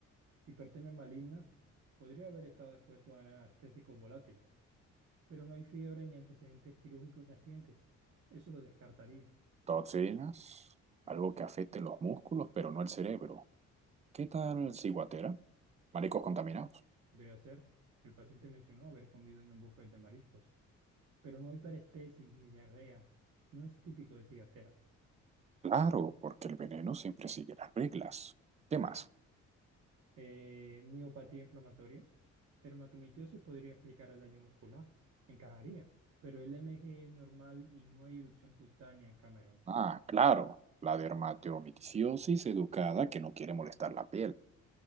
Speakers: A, on the right; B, on the right.
A: Hipertermia maligna podría haber estado expuesto a anestésicos volátiles, pero no hay fiebre ni antecedentes quirúrgicos recientes. Eso lo descartaría.
B: Toxinas, algo que afecte los músculos pero no el cerebro. ¿Qué tal ciguatera? Mariscos contaminados.
A: Podría ser. El paciente mencionó haber comido en un buffet de mariscos, pero no hay parestesis ni diarrea. No es típico de cigatera.
B: Claro, porque el veneno siempre sigue las reglas. ¿Qué más?
A: Eh, miopatía inflamatoria. Dermatomitiosis podría explicar el daño muscular. Encajaría, pero el MG es normal y no hay erupción cutánea, Cameron.
B: Ah, claro, la dermatomicosis educada que no quiere molestar la piel.